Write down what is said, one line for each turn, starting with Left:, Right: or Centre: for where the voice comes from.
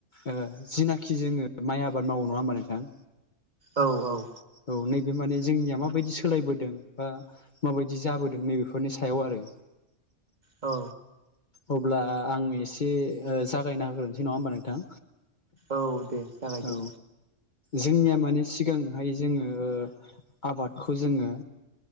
Left: ओ जिनाखि जोङो माइ आबाद मावो नङा होमबा नोंथां
Right: औ औ
Left: औ नैबे माने जोंनिया माबायदि सोलायबोदों बा माबायदि जाबोदों नैबेफोरनि सायाव आरो
Right: औ
Left: अब्ला आं एसे जागायना होग्रोनोसै नङा होमबा नोंथां
Right: औ दे जागाय
Left: औ
Right: दे
Left: जोंनिया माने सिगांहाय जोङो आबादखौ जोङो